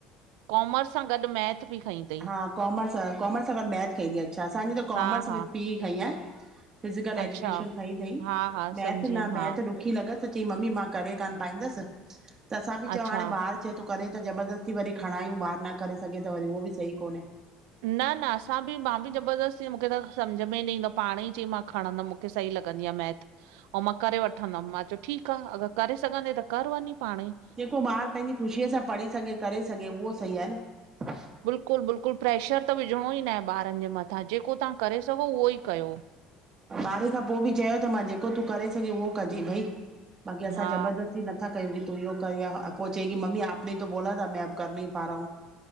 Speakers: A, on the right; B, on the right.
A: कॉमर्स सां गॾु मैथ बि खईं तई।
B: हा कॉमर्स हा, कॉमर्स सां ॻॾ मैथ खईंदी अच्छा असांजी त कॉमर्स
A: हा, हा,
B: विथ पी ई खईं आ। फिज़िकल
A: अच्छा,
B: एजुकेशन खई थई
A: हा, हा,
B: मैथ
A: समझी वियमि
B: न मैथ
A: हा,
B: ॾु ॾुखी लॻसि त चई मम्मी मां करे किन पाईंदसि त असां बि चओ
A: अच्छा।
B: हाणे ॿार चेय थो करे त ज़बरदस्ती वरी खणायूं ॿार न करे सघे त वरी उहो बि सही कोन्हे।
A: न न असां बि मां बि ज़बरदस्ती मूंखे त सम्झ में ई न ईंदो आ पाणे ई चई मां खणंदमि मूंखे सही लॻंदी आ मैथ। ऐंऊं मां करे वठंदमि। मां चयो ठीक आ अगर करे सघंदे, त कर वञी पाणेई।
B: जेको ॿारु पंहिंजी ख़ुशीअ सां पढ़ी सघे, करे सघे उहो सही आ न।
A: बिल्कुल बिल्कुल प्रेशर त विझणो ई न आहे ॿारनि जे मथां जेको तव्हां करे सघो उहो ई कयो।
B: ॿारहे खां पो बि चयो त मां जेको तूं करे सघीं उहो कजे भई। बाक़ी असां
A: हा
B: ज़बरदस्ती न न था कयूं की तूं इयो कर या पो चई कि मम्मी आप ने ही तो बोला था मै अब कर नही पा रहा हू।